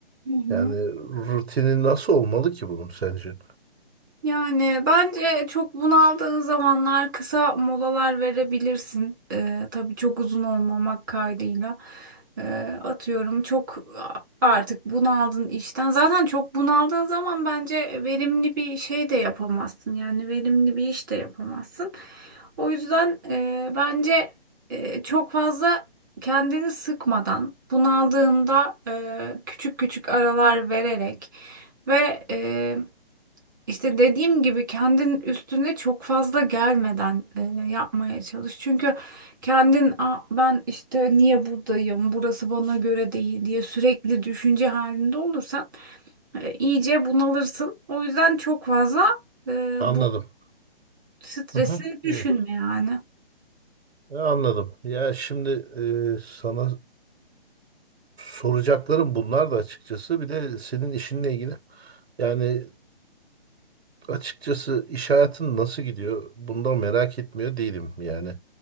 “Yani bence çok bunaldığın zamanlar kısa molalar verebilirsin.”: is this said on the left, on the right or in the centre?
Right